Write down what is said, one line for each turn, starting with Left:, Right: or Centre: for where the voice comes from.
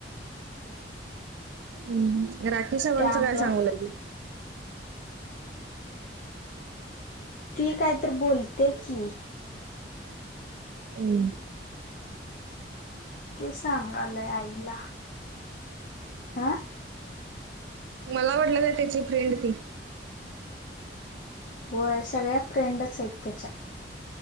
Right: उम्ह रात ही सगळम
Left: त्यामुळं
Right: सगळ्याला सांगू लागली.
Left: ती काय तर बोलते की.
Right: उम.
Left: ते सांगालय आईला. आ.
Right: मला वाटलं काय, त्याची फ्रेंड ती?
Left: होय, सगळ्या फ्रेंडच आहेत त्याच्या.